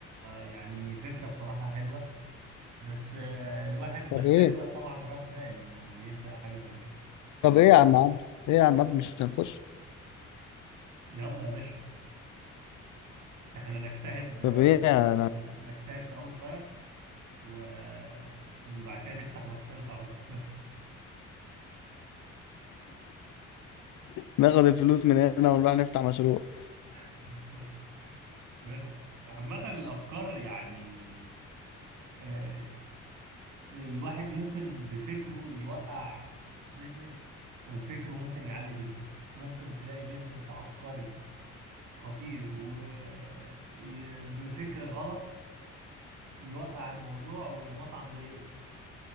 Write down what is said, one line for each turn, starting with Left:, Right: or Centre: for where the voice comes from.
Right: يعني فكرة بصراحة حلوة بس آه، الواحد محتاج
Left: طب ايه
Right: بقى طبعا راس مال انه يبدأ حاجة زي كده
Left: طب ايه يا عم عبد ايه يا عم عبد مش هنخش
Right: يلا يا باشا احنا نجتهد
Left: طب
Right: آه،
Left: ايه يا لا.
Right: نجتهد في اوتلاير وبعد كده نفتح مغسلة عربيات
Left: ناخد الفلوس من هنا ونروح نفتح مشروع
Right: <laughs> بالظبط بس عامة الأفكار يعني آه، الواحد ممكن بفكره يوقع بيزنس وفكره ممكن يعلي بيزنس ممكن تلاقي بيزنس عبقري خطير وبفكر غلط يوقع الموضوع والمطعم ده يقفل